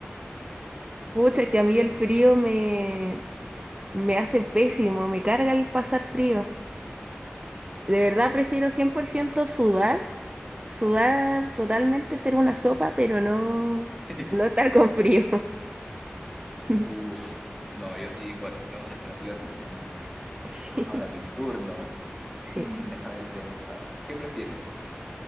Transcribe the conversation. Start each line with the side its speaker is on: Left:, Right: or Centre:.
Right: Pucha, que a mí el frío me, me hace pésimo, me carga el pasar frío. De verdad prefiero 100% sudar Sudar totalmente, ser una sopa, pero no,
Centre: <laughs>
Right: no estar con frío. <laughs>
Centre: Uff, no, yo sí, bueno, tenemos alternativas distintas.
Right: Sí.
Centre: Ahora mi turno. Mm,
Right: Sí.
Centre: déjame pensar. ¿Qué prefieres?